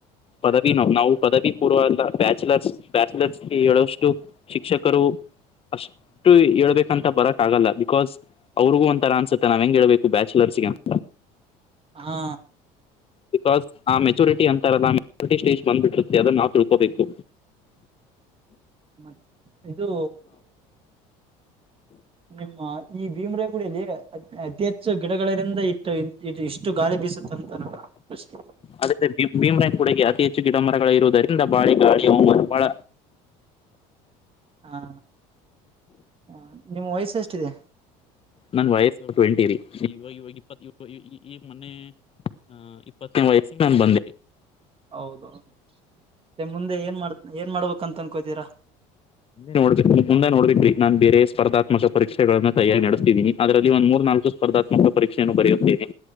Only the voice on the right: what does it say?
ಹಾ
ಮ ಇದೂ ನಿಮ್ಮ ಈ ಭೀಮ ರಾಯಗುಡಿಯಲ್ಲಿ ಅತ್ಯಂ ಹೆಚ್ಚು ಗಿಡಗಳರಿಂದ ಇಟ್ಟು ಇ ಇಷ್ಟು ಗಾಳಿ ಬೀಸುತ್ತೆ ಅಂತ ನನ್ನ ಪ್ರಶ್ನೆ
ಹಾ ಹ ನಿಮ್ ವಯ್ಸ್ ಎಷ್ಟಿದೆ
ಹೌದೌದು ಮುಂದೆ ಏನ್ ಮಾಡ ಏನ್ ಮಾಡ್ಬೇಕಂತ ಅನ್ಕೋತೀರಾ